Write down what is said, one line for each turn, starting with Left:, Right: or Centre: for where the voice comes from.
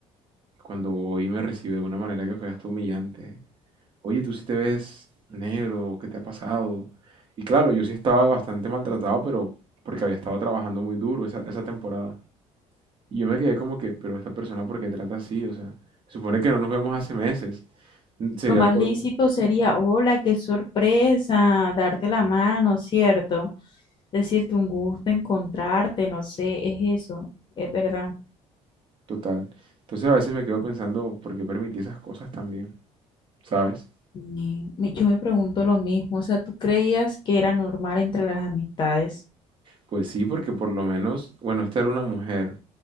Right: Cuando voy me recibe de una manera que fue hasta humillante. Oye, tú sí te ves negro, ¿qué te ha pasado? Y claro, yo sí estaba bastante maltratado, pero porque había estado trabajando muy duro esa, esa temporada. Y yo me quedé como que, pero esta persona, ¿por qué trata así? O sea, supone que no nos vemos hace meses. Sería
Left: Lo más
Right: el colmo.
Left: lícito sería, hola, qué sorpresa, darte la mano, ¿cierto? Decirte un gusto, encontrarte, no sé, es eso, es verdad.
Right: Total. Entonces a veces me quedo pensando, ¿por qué permití esas cosas también? ¿Sabes?
Left: Y me- yo me pregunto lo mismo, o sea, ¿tú creías que era normal entre las amistades?
Right: Pues sí, porque por lo menos, bueno, esta era una mujer